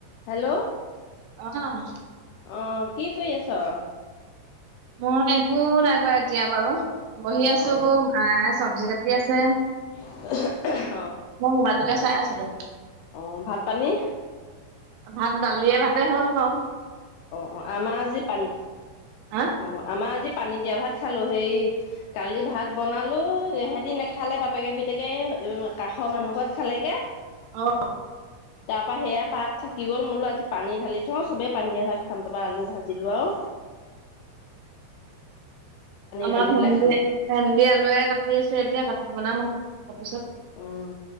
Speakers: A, on the left (about 85°); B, on the right (about 80°).
A: Hello
B: <unintelligible>
A: অ' কি কৰি আছ?
B: মই একো নাই কৰা এতিয়া বাৰু বহি আছো
A: অ
B: মাএ চবজি কাটি আছে।
A: <unintelligible>
B: মই মোবাইলটোলে চাই আছো। হেল্ল,
A: অ ভাত পানী।
B: ভাত ডালিয়ে ভাতে হ'ল ন।
A: অ অ আমাৰ যি পানী
B: হা
A: অ আমাৰ আজি, পানী দিয়া ভাত খালোঁ সেই কালি ভাত বনালোঁ সিহতি নেখালে বাপেকে পিতেকে কাষৰ মানুহ ঘৰত খালেগে।
B: আহ
A: তাৰ পৰা সেয়া পাত থাকি গ'ল বোলো আজি পানী ঢালি থওঁ চবেই পানী দিয়া ভাত খাম তাৰপৰা আলু ভাজিলো আৰু <inaudible>
B: আমাৰ
A: ঢালি
B: ভেন্দি
A: পেলাই খালো
B: ভেন্দি আলুৱে কাটি আছে এতিয়া কাটি বনাম আৰু। তাৰপিছত।
A: উম,